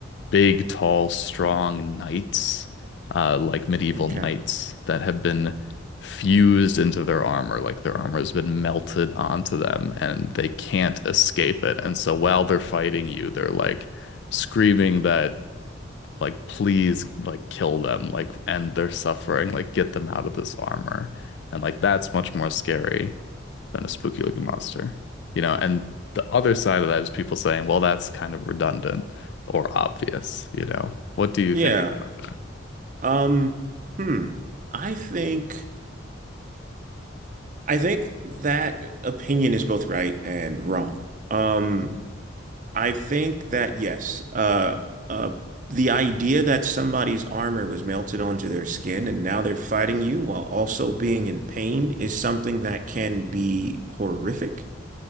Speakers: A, on the left; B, on the right.
A: big, tall, strong knights, uh, like medieval
B: Okay.
A: knights that have been fused into their armor. Like their armor has been melted onto them and they can't escape it. And so while they're fighting you, they're like screaming that like please like kill them like end their suffering like get them out of this armor and like that's much more scary than a spooky looking monster you know and the other side of that is people saying well that's kind of redundant or obvious you know what do you
B: Yeah.
A: think about that
B: Um, hmm. I think I think that opinion is both right and wrong. Um, I think that yes, uh, uh, the idea that somebody's armor was melted onto their skin and now they're fighting you while also being in pain is something that can be horrific.